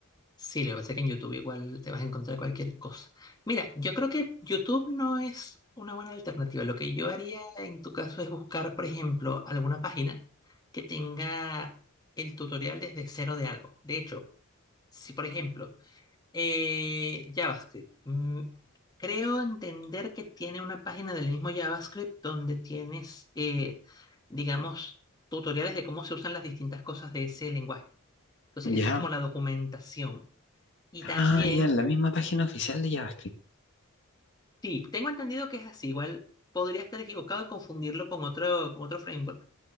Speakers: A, on the left; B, on the left.
A: sí, lo que pasa es que en YouTube igual te vas a encontrar cualquier cosa. Mira, yo creo que YouTube no es una buena alternativa. Lo que yo haría en tu caso es buscar, por ejemplo, alguna página que tenga el tutorial desde cero de algo. De hecho, si por ejemplo Eh, JavaScript. Mm, creo entender que tiene una página del mismo JavaScript donde tienes, eh, digamos, tutoriales de cómo se usan las distintas cosas de ese lenguaje. Entonces,
B: ¿Ya?
A: esa es como la documentación. Y
B: Ah,
A: también,
B: ya, en la misma página oficial de JavaScript.
A: sí, tengo entendido que es así. Igual podría estar equivocado y confundirlo con otro, con otro framework,